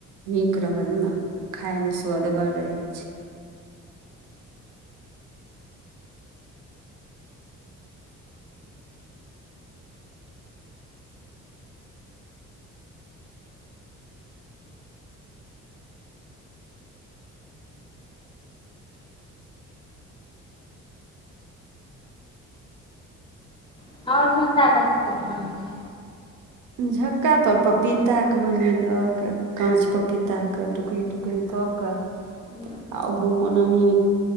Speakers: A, on the right; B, on the left.
A: नीक रहल ने खाय में सुअदगर रहै छै
B: आओर क <unintelligible>
A: झक्का तोर पपीता के बनेलक काँच पपीता के टुकरी टुकरी कऽ कऽ
B: छै
A: आहोम ओनाही